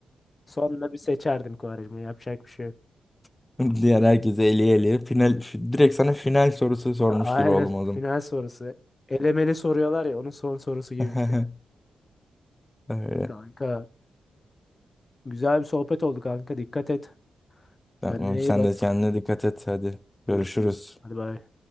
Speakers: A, on the left; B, on the left.
A: Sonunda bir seçerdim Quaresma'yı. Yapacak bir şey yok.
B: <laughs> Diğer herkese eli eli. final, direkt sana final sorusu sormuş
A: Aynen.
B: gibi oldum
A: <laughs>
B: o zaman.
A: Final sorusu. Elemeli soruyorlar ya onun son sorusu gibi
B: <laughs>
A: bir şey.
B: Öyle.
A: Kanka güzel bir sohbet oldu kanka. Dikkat et.
B: Tamam
A: Kendine
B: sen
A: iyi bak.
B: de kendine dikkat et hadi.
A: Görüşürüz.
B: Görüşürüz.
A: Hadi bay.